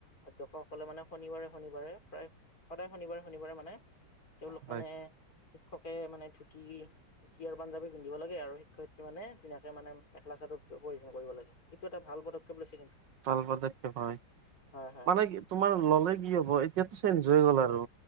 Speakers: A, on the left (about 50°); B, on the right (about 75°).
A: অধ্ক্ষসকলে মানে শনিবাৰে শনিবাৰে প্ৰায় সদায় শনিবাৰে শনিবাৰে মানে তেওঁলোক
B: হয়
A: মানে শিক্ষকে মানে ধুতি ধুতি আৰু পাঞ্জাৱী পিন্ধ দিব লাগে আৰু শিক্ষয়িত্ৰী মানে ধুনীয়াকে মানেলা চাদতয়জন কৰিব লাগে এইটো এটাাল পক্ষপ লৈছে কিন্তু।
B: ভাল পদক্ষেপ হয়
A: হয় হয়
B: মানে
A: হয়
B: কি তোমাৰ ললে কি হব এতিয়াতো চেঞজ হৈ গল আৰু।